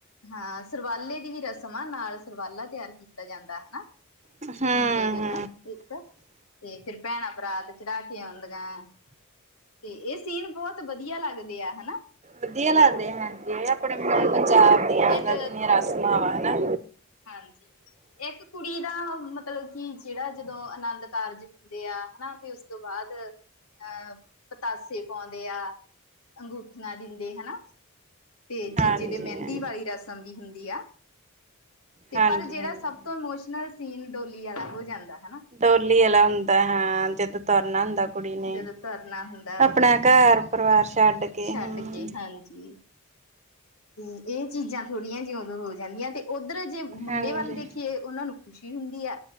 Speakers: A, on the left; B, on the right.
A: ਹਾਂ, ਸਰਵਾਲੇ ਦੀ ਵੀ, ਰਸਮ ਆ। ਨਾਲ ਸਰਵਾਲਾ, ਤਿਆਰ ਕੀਤਾ ਜਾਂਦਾ, ਹੈਨਾ।
B: ਹੂੰ-ਹੂੰ-ਹੂੰ-ਹੂੰ-ਹੂੰ
A: ਮੁੰਡੇ ਦੇ, ਤਾਂ ਇੱਕ ਤੇ ਫੇਰ ਭੈਣਾਂ, ਬਰਾਤ ਚੜਾ ਕੇ, ਆਉਂਦਆਂ ਤੇ ਇਸ ਸੀਨ, ਬਹੁਤ ਵਧੀਆ ਲੱਗਦੇ ਆ ਹੈਨਾ।
B: ਵਧੀਆ ਲੱਗਦੇ ਹੈ। ਜੇ ਆਪਣੇ- ਆਪਣੇ
A: ਹਾਂਜੀ
B: ਪੰਜਾਬ ਦੀਆਂ, ਮਤਲਬ
A: ਇੱਕ
B: ਆਪਣੀਆਂ ਰਸਮਾਂ ਵਾਂ, ਹਨਾ।
A: ਹਾਂਜੀ, ਇੱਕ ਕੁੜੀ ਦਾ, ਮਤਲਬ ਕਿ ਜਿਹੜਾ ਜਦੋਂ, ਆਨੰਦ ਕਾਰਜ ਹੁਨਦੇ ਆ। ਹਨਾ, ਤੇ ਉਸ ਤੋਂ ਬਾਅਦ, ਅਹ ਪਤਾਸੇ ਪਾਉਂਦੇ ਆ। ਅੰਗੂਠਿਆਂ ਦਿੰਦੇ। ਹੈਨਾ, ਤੇ ਜੀਜੇ
B: ਹਾਂਜੀ
A: ਦੇ ਮਹਿੰਦੀ,
B: ਹਾਂ
A: ਵਾਲੀ ਰਸਮ ਵੀ ਹੁੰਦੀ ਆ। ਤੇ
B: ਹਾਂਜੀ-ਹਾਂਜੀ।
A: ਪਰ ਜਿਹੜਾ, ਸਭ ਤੋਂ ਇਮੋਸ਼ਨਲ ਸੀਨ, ਡੋਲੀ ਆਲਾ ਹੋ ਜਾਂਦਾ ਹਨਾ।
B: ਡੋਲੀ ਆਲਾ, ਹੁੰਦਾ। ਹਾਂ, ਜਦੋਂ ਤਰਨਾ ਹੁੰਦਾ ਕੁੜੀ ਨੇ,
A: ਜਦੋਂ ਧਰਨਾ ਹੁੰਦਾ ਉਦੋਂ
B: ਆਪਣਾ
A: ਕਿਵੇਂ
B: ਘਰ, ਪਰਿਵਾਰ ਛੱਡ ਕੇ
A: ਛੱਡ
B: ਹੂੰ
A: ਕੇ ਹਾਂਜੀ, ਤੇ ਇਹ ਚੀਜ਼ਾਂ, ਥੋੜੀਆਂ ਜੀਆ ਉਦੋਂ, ਹੋ ਜਾਂਦੀਆਂ ਤੇ ਉੱਧਰ ਜੇ, ਮੁੰਡੇ
B: ਹਾਂਜੀ।
A: ਵੱਲ ਦੇਖੀਏ, ਉਹਨਾਂ ਨੂੰ ਖੁਸ਼ੀ ਹੁੰਦੀ ਐ।